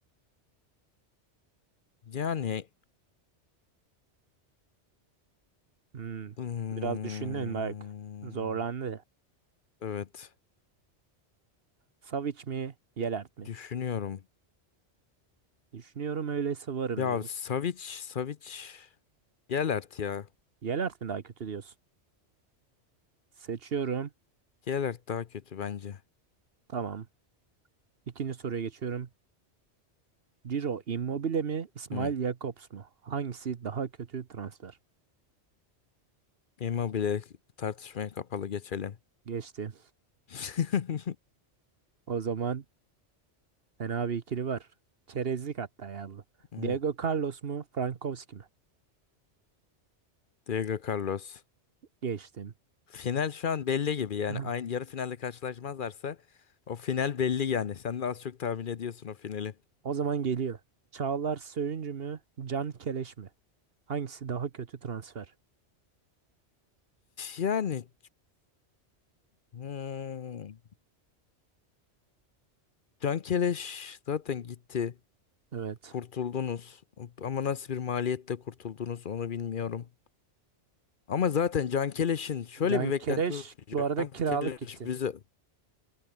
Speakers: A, on the left (about 55°); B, on the right (about 55°).
A: Yani
B: Hmm,
A: hmm,
B: biraz düşündün bak. Zorlandı.
A: evet
B: Savic mi, Yelert mi?
A: düşünüyorum.
B: Düşünüyorum öyleyse varım
A: Ya
B: diyor.
A: Savic Savic Gelert ya.
B: Yelert mi daha kötü diyorsun? Seçiyorum.
A: Geralt daha kötü bence.
B: Tamam. İkinci soruya geçiyorum. Ciro Immobile mi, İsmail
A: Hı.
B: Jakobs mu? Hangisi daha kötü transfer?
A: Immobile tartışmaya kapalı geçelim.
B: Geçti.
A: <laughs>
B: O zaman fena bir ikili var. Çerezlik hatta ya bu.
A: Hı.
B: Diego Carlos mu, Frankowski mi?
A: Diego Carlos.
B: Geçtim.
A: Final şu an belli gibi yani
B: <laughs>
A: aynı yarı finalde karşılaşmazlarsa o final belli yani. Sen de az çok tahmin ediyorsun o finali.
B: O zaman geliyor. Çağlar Söyüncü mü? Can Keleş mi? Hangisi daha kötü transfer?
A: Yani hmm, Can Keleş zaten gitti.
B: Evet.
A: Kurtuldunuz. Ama nasıl bir maliyetle kurtuldunuz onu bilmiyorum. Ama zaten Can Keleş'in şöyle
B: Can
A: bir beklenti
B: Keleş
A: yoktu.
B: bu
A: Can
B: arada kiralık
A: Keleş
B: gitti.
A: bize